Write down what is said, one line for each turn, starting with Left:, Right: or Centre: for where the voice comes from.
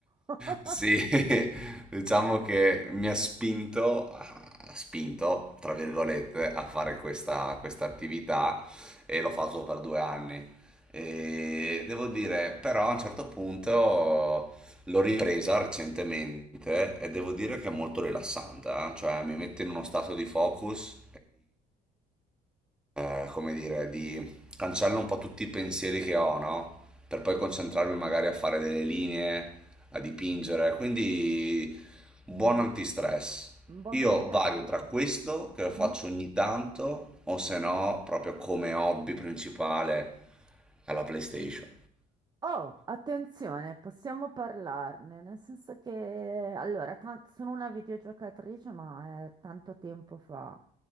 Right: <laughs>
Centre: Sì, <laughs> diciamo che mi ha spinto, ha spinto, tra virgolette, a fare questa, questa attività e l'ho fatto per due anni. E devo dire, però a un certo punto l'ho ripresa recentemente e devo dire che è molto rilassante, eh. Cioè mi mette in uno stato di focus eh, come dire, di cancello un po' tutti i pensieri che ho, no? Per poi
Right: Mm,
Centre: concentrarmi magari a fare delle linee, a dipingere. Quindi buon antistress.
Right: Un buon
Centre: Io
Right: meditativo.
Centre: vario tra questo, che lo faccio
Right: mm.
Centre: ogni tanto, o se no, proprio come hobby principale alla PlayStation.
Right: Oh, attenzione, possiamo parlarne, nel senso che, allora, tan- sono una videogiocatrice, ma è tanto tempo fa.